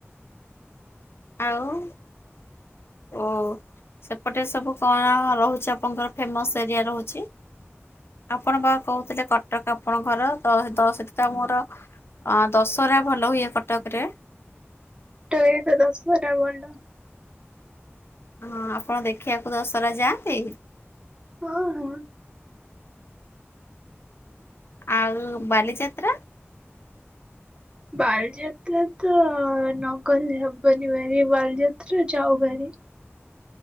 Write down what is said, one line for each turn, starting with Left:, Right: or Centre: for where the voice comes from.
Left: ଆଉ ଓ। ସେପଟେ ସବୁ କଣ ରହୁଛି ଆପଣଙ୍କର ଫେମସ ଏରିଆ ରହୁଛି? ଆପଣ ବା କହୁଥିଲେ କଟକ ଆପଣଙ୍କ ଘର ତ ଦ ସେଠି ତ ମୋର। ଅଁ ଦଶହରା ଭଲ ହୁଏ କଟକରେ।
Right: ତ ଏ ତ ଦଶହରା ଭଲ।
Left: ହଁ ଆପଣ ଦେଖିବାକୁ ଦଶହରା ଯାଆନ୍ତି।
Right: ହଁ ହଁ।
Left: ଆଉ ବାଲିଯାତ୍ରା।
Right: ବାଲିଯାତ୍ରା ତ ନଗଲେ ହବନି ଭେରି ବାଲିଯାତ୍ରା ଯାଉ ଭେରି।